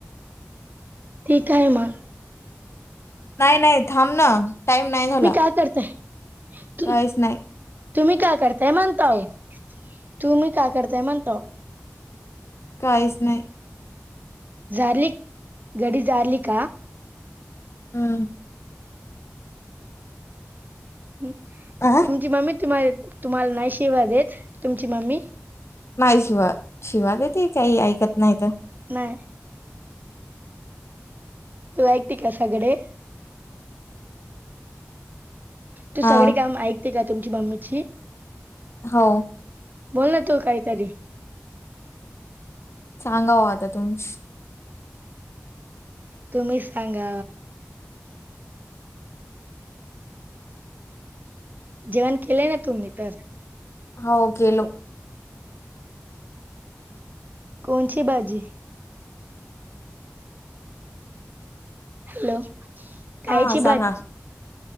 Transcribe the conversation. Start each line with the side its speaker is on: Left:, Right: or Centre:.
Right: ठीक आहे मग.
Left: नाही नाही थांब ना टाईम नाही झाला.
Right: हा करतय. <inaudible>
Left: काहीच नाही.
Right: तुम्ही काय करताय म्हणताव तुम्ही काय करताय म्हणताव
Left: काहीच नाही.
Right: झाली घडी झाली का.
Left: हम
Right: तुमची
Left: अ
Right: मम्मी तुम्हाला तुम्हाला नाही शिवादेत तुमची मम्मी.
Left: नाही शिवा. शिवा देते काही ऐकत नाही तर.
Right: नाय तू ऐकते का सगळे तू
Left: हा
Right: सगळी काम ऐकते का तुमची मम्मीची
Left: हो
Right: बोल ना तू काहीतरी
Left: सांगा ओ आता तुम्हीच
Right: तुम्हीच सांगा जेवण केलंय ना तुम्ही तर
Left: हाव केलो.
Right: कोणची भाजी? हॅलो कायची
Left: आ सांगा